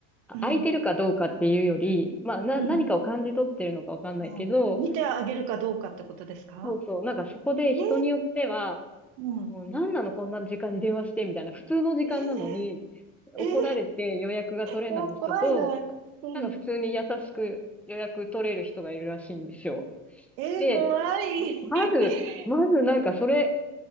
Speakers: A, in the centre; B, on the right.
A: あ空いてるかどうかっていうより、
B: うん。
A: まあ、な、
B: うん。
A: 何かを感じ取ってるのかわかんないけど、
B: あ見てあげるかどうかってことですか
A: そうそう、なんかそこで人によっては、
B: えー、うん。
A: もう何なのこんな時間に電話してみたいな、普通の時間なのに、
B: えー、
A: 怒られて予約が取れない人と、
B: えー、こ怖いな。うん。
A: なんか普通に優しく予約取れる人がいるらしいんですよ。
B: えー、
A: で、
B: 怖い。
A: ままず、
B: <laughs>
A: まずなんかそれ、